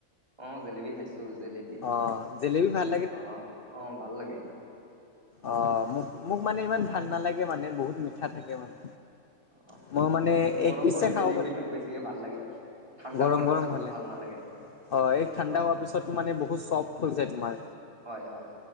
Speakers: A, on the right; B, on the left.
A: অ জেলেপী খাইছো জেলেপী,
B: অ জেলেবি ভাল
A: আহ অ ভাল লাগে।
B: আহ মোক মোক মানে ইমান ভাল নালাগে মানে বহুত মিঠা থাকে মানে।
A: অ
B: মই মানে
A: গৰম
B: এক পিচছে
A: গৰম
B: খাওঁ
A: জেলেবিটো বেছিকে ভাল লাগে ঠাণ্ডা
B: গৰম
A: হোৱাৰ
B: গৰম
A: পিছততো
B: হ'লে।
A: ভাল নালাগে
B: অ এই ঠাণ্ডা
A: অ
B: হোৱাৰ পিছতো মানে বহুত চফ্ট হৈ যায় তোমাৰ।
A: হয় হয়